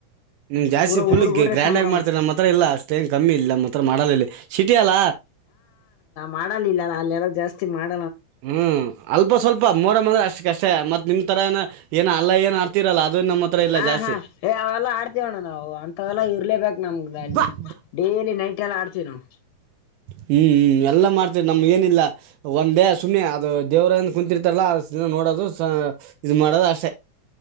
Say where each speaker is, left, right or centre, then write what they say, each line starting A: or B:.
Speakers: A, on the right; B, on the left.
A: ನಿಮ್ ಜಾಸ್ತಿ
B: ಪುರಾ
A: ಫುಲ್
B: ಊರ್ ಊರ
A: ಗ್ರ್ಯಾಂಡ್
B: ಸಂಭ್ರಮ
A: ಆಗಿ ಮಾಡ್ತಾರೆ ನಮ್ಮ ಹತ್ರ ಇಲ್ಲ ಅಷ್ಟೇನ್ ಕಮ್ಮಿ ಇಲ್ಲ ನಮ್ಮ ಹತ್ರ ಮಾಡಲ್ಲ ಇಲ್ಲಿ ಸಿಟಿ ಅಲ್ಲ
B: ಮಾಡ ಅಲ್ಲಿ ಜಾಸ್ತಿ ಇ ಮಾಡ್
A: ಹ್ಮ್ ಅಲ್ಪ ಸ್ವಲ್ಪ ಮೂರ ಮಂದ್ರೆ ಅಷ್ಟ ಕಷ್ಟೇ ಮತ್ ನಿಮ್ ತರ ಏನ ಏನ ಅಲ್ಲ ಏನ್ ಆಡ್ತಿರಲ್ಲ ಅದು ನಮ್ಮ ಹತ್ರ ಇಲ್ಲ
B: ಹ
A: ಜಾಸ್ತಿ
B: ಹಾ ಏ ಅವೆಲ್ಲಾ ಆಡ್ತವಣ್ಣ ನಾವು ಅಂತವೆಲ್ಲಾ ಇರ್ಲೇಬೇಕಕ್ ನಮಗ
A: ಹ್ಮ್
B: ಡೇಲಿ ನೈಟ್ ಎಲ್ಲಾ ಆಡ್ತೀವಿ ನಾವವು
A: ಹ್ಮ್್ಮ್ ಎಲ್ಲಾ ಮಾಡ್ತ ನಮ್ ಏನಿಲ್ಲ ಒಂದೇ ಸುಮ್ಮನೆ ಅದು ದೇವ್ರ ಕುಂತಿರ್ತಾರೆ ಎಲ್ಲ ನೋಡೋದು ಇದು ಮಾಡೋದು ಅಷ್ಟೇ